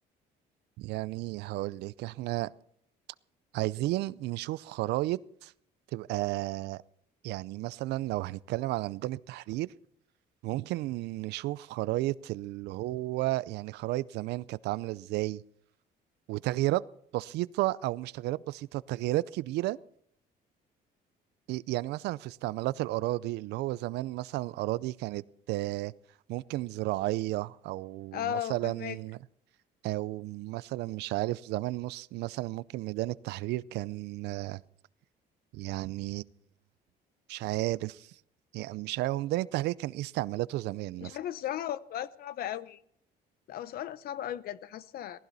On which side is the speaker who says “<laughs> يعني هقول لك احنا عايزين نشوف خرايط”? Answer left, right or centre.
Right